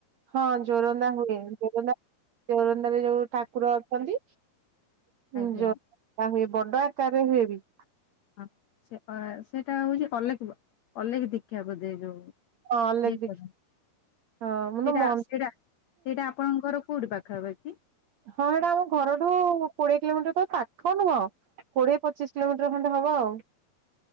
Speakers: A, on the right (about 70°); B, on the left (about 80°).
A: ହଁ ଜୋରନ୍ଦା ହୁଏ ଜୋରନ୍ଦା ଜୋରନ୍ଦ ଯୋଉ ଠାକୁର ଅଛନ୍ତି। ହଁ
B: ଆଜ୍ଞା
A: ଯୋ ଆ ହୁଏ ବଡ ଆକାରରେ ହୁଏ ବି।
B: ହଁ ସେ ସେଇଟା ହଉଛି ଅଲେକ ଅଲେଖ ଦୀଖା ବୋଧ ଯୋଉ।
A: ହଁ ଲେଖ
B: ସେଟା
A: ଦେଖି ହଁ ମାନେ ମନ୍ଥଲି
B: ସେଟା ସେଇଟା ଆପଣଙ୍କର କୋଉଠି ପାଖ ଖ ହବ କି?
A: ହଁ ସେଟା ଆମ ଘରଠୁ କୋଡିଏ କିଲୋମିଟର ତ ପାଖ ନୁହଁ। କୋଡିଏ ପଚିଶ କିଲୋମିଟର ଖଣ୍ଡେ ହବ ଆଉ।